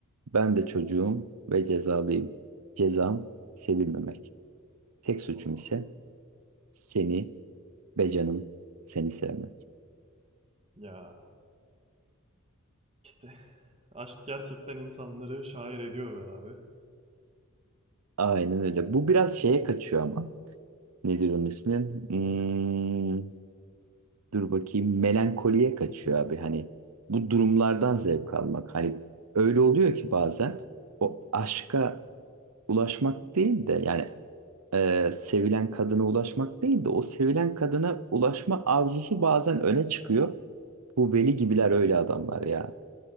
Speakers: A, on the right; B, on the right.
A: Ben de çocuğum ve cezalıyım. Cezam sevilmemek. Tek suçum
B: Vaa.
A: ise seni be canım seni sevmek.
B: Ya işte aşk gerçekten insanları şair ediyor be abi.
A: Aynen öyle. Bu biraz şeye kaçıyor ama. Nedir onun ismi? Hmm, Dur bakayım melankoliye kaçıyor abi hani bu durumlardan zevk almak hani öyle oluyor ki bazen o aşka ulaşmak değil de yani e, sevilen kadına ulaşmak değil de o sevilen kadına ulaşma arzusu bazen öne çıkıyor. Bu veli gibiler
B: Hmm.
A: öyle adamlar ya.